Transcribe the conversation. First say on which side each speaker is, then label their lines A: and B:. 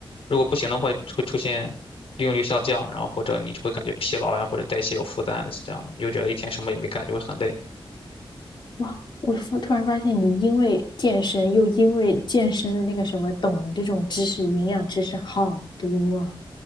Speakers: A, on the left; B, on the left.
A: 如果不行的话，会出现利用率下降，然后或者你就会感觉疲劳呀，或者代谢有负担，类似这样的，你就觉得一天什么也没干，就会很累。
B: 哇，我突突然发现你因为健身又因为健身的那个什么懂这种知识，营养知识好多啊！